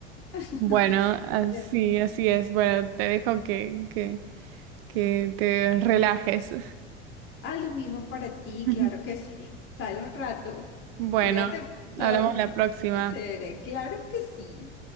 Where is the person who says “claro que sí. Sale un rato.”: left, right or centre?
Left